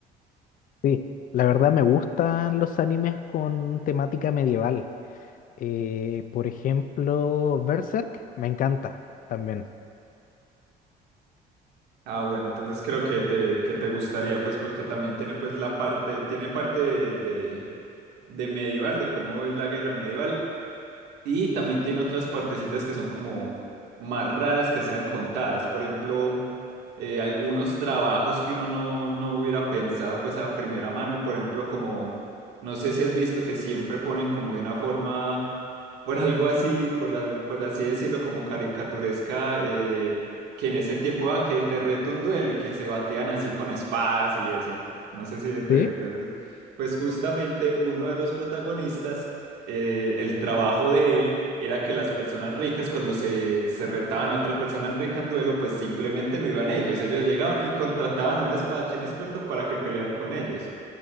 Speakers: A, on the left (about 55°); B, on the right (about 80°).
A: Sí, la verdad me gustan los animes con temática medieval. Eh, por ejemplo, Berserk me encanta también.
B: Ah, bueno, entonces creo que te, que te gustaría pues porque también tiene pues la parte, tiene parte de, de de medieval, de cómo es la guerra medieval Y también tiene otras partecitas que son como más raras que sean contadas. Por ejemplo, eh, algunos trabajos que uno no, no hubiera pensado pues a primera mano. Por ejemplo, como, no sé si has visto que siempre ponen como de una forma, por algo así, por, a- por así decirlo, como caricaturesca, eh, que en ese tiempo, ah, que te reto un duelo y que se batían así con espadas y eso. No sé si te,
A: ¿Sí?
B: te- Pues justamente uno de los protagonistas eh, el trabajo de él era que las personas ricas, cuando se, se retaban a otras personas ricas en duelo, pues simplemente no iban ellos. Ellos llegaban y contrataban a un espadachín experto para que pelearan con ellos.